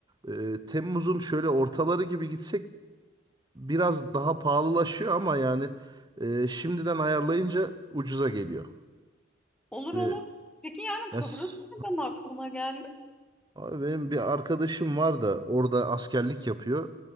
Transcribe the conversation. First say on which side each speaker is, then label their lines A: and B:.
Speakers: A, on the right; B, in the centre.
A: Ee, Temmuz'un şöyle ortaları gibi gitsek biraz daha pahalılaşıyor ama yani e, şimdiden ayarlayınca ucuza geliyor.
B: Olur
A: Ee,
B: olur. Peki yani
A: yes.
B: Kıbrıs nereden aklına geldi?
A: Abi benim bir arkadaşım var da orada askerlik yapıyor.